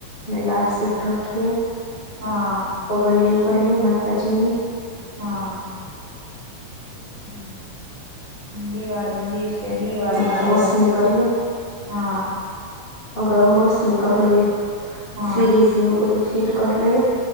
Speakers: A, on the left; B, on the right.
A: ને લાભ શુભ રાખીએ.
B: હા.
A: પગલીયુ કરીએ માતાજી ની
B: હા હ દિવાળીની દીવસે દિવાળીની
A: હા રોશની
B: દોલ
A: કરીએ
B: હા
A: અગાઉ રોશની કરી લઈએ
B: હા
A: સિરીઝ ને એવું બધી ફિટ કરી લઈએ.